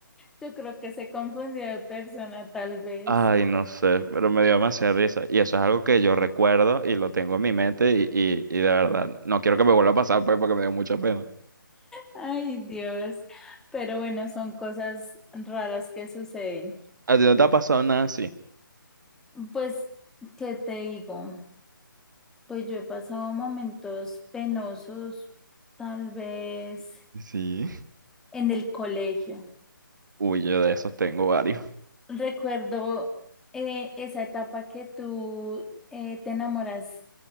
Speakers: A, in the centre; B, on the right (about 60°).
A: Yo creo que se confundió de persona, tal vez.
B: Ay, no sé, pero me dio demasiada risa. Y eso es algo que yo recuerdo y lo tengo en mi mente y, y, y de verdad, no quiero que me vuelva a pasar pues porque me dio mucha pena.
A: Ay, Dios. Pero bueno, son cosas raras que suceden.
B: ¿A ti no te ha pasado nada así?
A: Pues, ¿qué te digo? Pues yo he pasado momentos penosos, tal vez
B: Sí.
A: en el colegio.
B: Uy, yo de esos tengo varios.
A: Recuerdo eh, esa etapa que tú eh, te enamoras